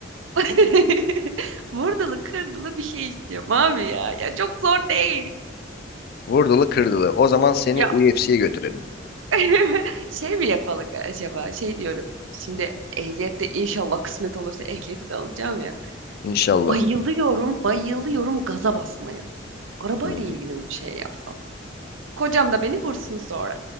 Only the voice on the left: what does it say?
Vurdulu kırdılı. O zaman seni
UFC'ye götürelim.
İnşallah.
Hmm,